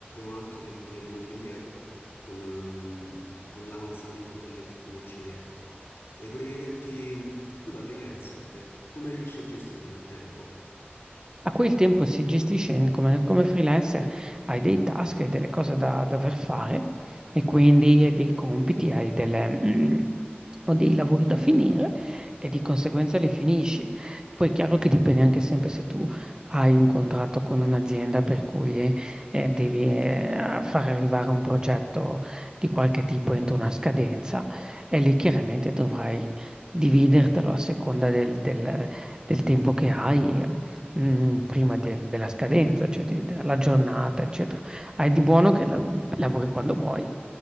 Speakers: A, on the left; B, on the right.
A: anche che potrei rimanere indietro con, ehm, con l'avanzamento delle tecnologie, ecco. E vorrei chiederti, tu da freelancer, come riesci a gestirlo il tempo?
B: A cui il tempo si gestisce in- come, come freelancer, hai dei task e delle cose da dover fare e quindi hai dei compiti, hai delle, mm, o dei lavori da finire e di conseguenza li finisci. Poi è chiaro che dipende anche sempre se tu hai un contratto con un'azienda per cui eh, eh, devi eh, far arrivare un progetto di qualche tipo entro una scadenza e lì chiaramente dovrai dividertelo a seconda del, del- del tempo che hai mh, prima del- della scadenza, cioè di- della giornata, eccetera. Hai di buono che la- lavori quando vuoi